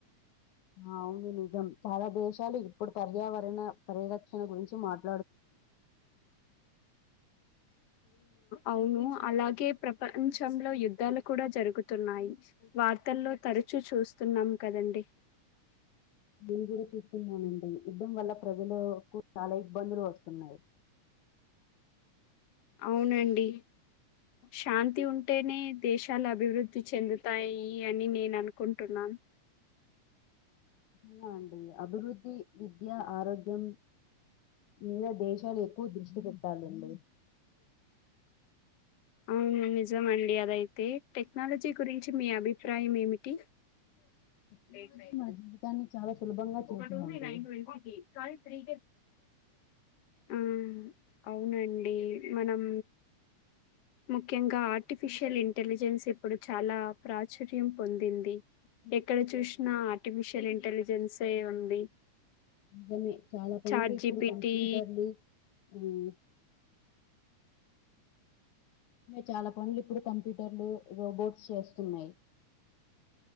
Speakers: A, on the left (about 75°); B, on the left (about 60°).
A: ఆ అవును నిజం చాలా దేశాలు ఇప్పుడు పర్యావరణ పరిరక్షణ గురించి మాట్
B: అవును అలాగే ప్రపంచంలో యుద్ధాలు కూడా జరుగుతున్నాయి వార్తల్లో తరచూ చూస్తున్నాం కదండి
A: నేను కూడా చూస్తున్నానండి యుద్ధం వల్ల ప్రజలులకు చాలా ఇబ్బందులు వస్తున్నాయి
B: అవునండి శాంతి ఉంటేనే దేశాలు అభివృద్ధి చెందుతాయి అని నేను అనుకుంటున్నాను
A: హ అండి అభివృద్ధి విద్య ఆరోగ్య మీద దేశాలు ఎక్కువ దృష్టి పెట్టాలండి
B: అవును నిజం అండి అదయితే టెక్నాలజీ గురించి మీ అభిప్రాయం ఏమిటి
A: టెక్నాలజీ
B: లేట్ నైట్
A: మన జీవితాన్ని చాలా సులభంగా చేసిందండి
B: ఒక టూ నైన్ ట్వంటీ కాని త్రీ ఉమ్ అవునండి మనం ముఖ్యంగా ఆర్టిఫిషియల్ ఇంటెలిజెన్స్ ఇప్పుడు చాలా ప్రాచుర్యం పొందింది ఎక్కడ చూసినా ఆర్టిఫిషియల్ ఇంటెలిజెన్సే ఉంది
A: నిజమే చాలా పనులు
B: చాట్
A: ఇప్పుడు
B: జిపిటి
A: కంప్యూటర్లు ఉమ్ చాలా పనులు ఇప్పుడు కంప్యూటర్లు రోబోట్స్ చేస్తున్నాయి